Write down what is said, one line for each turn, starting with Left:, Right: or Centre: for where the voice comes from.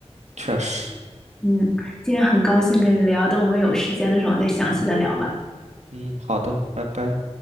Right: 确实，
Centre: 嗯，今天很高兴跟你聊，等我们有时间的时候再详细的聊吧。
Right: 嗯，好的，拜拜。